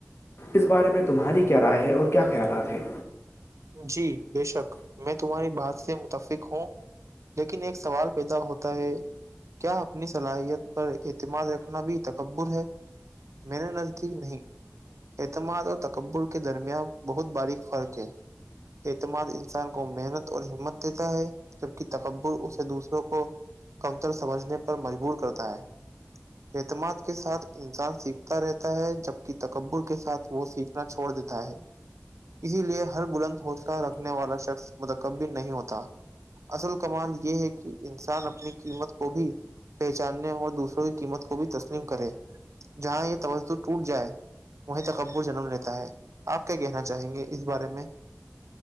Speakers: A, on the left; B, on the right.
A: اس بارے میں تمہاری کیا رائے ہے اور کیا خیالات ہیں
B: جی بے شک میں تمہاری بات سے متفق ہوں لیکن ایک سوال پیدا ہوتا ہے کیا اپنی صلاحیت پر اعتماد رکھنا بھی تکبر ہے میرے نز چ نہیں <unintelligible> اعتماد اور تکبر کے درمیان بہت باریک فرق ہے اعتماد انسان کو محنت اور ہمت دیتا ہے جبک تکبر اسے دوسروں کو کمتر سمجھنے پر مجبور کرتا ہے اعتماد کے ساتھ انسان سیکھتا رہتا ہے جبک تکبل کے ساتھ وہ سیکھ چھوڑ دیتا ہے اسی لیے ہر بلند حوصلہ رکھنے والا شخص متقب بھی نہیں ہوتا اصل کمال یہ ہے کہ انسان اپنی قیمت کو بھی پہچاننے اور دوسروں کی قیمت کو بھی تسلیم کرے جہاں یہ توجہ ٹوٹ جائے وہیں تکبر جنم لیتا ہے آپ کیا کہنا چاہیں گے اس بارے میں